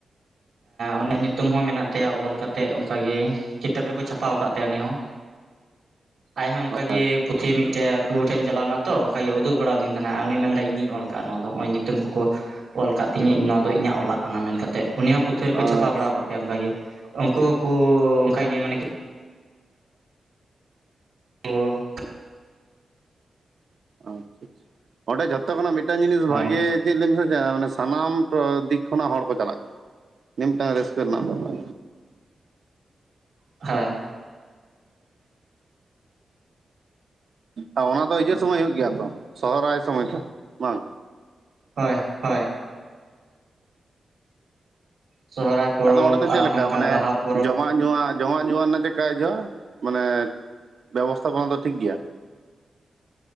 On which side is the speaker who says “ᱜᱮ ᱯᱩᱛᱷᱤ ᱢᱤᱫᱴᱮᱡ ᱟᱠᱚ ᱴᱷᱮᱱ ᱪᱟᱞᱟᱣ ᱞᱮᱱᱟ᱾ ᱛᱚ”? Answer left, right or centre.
Right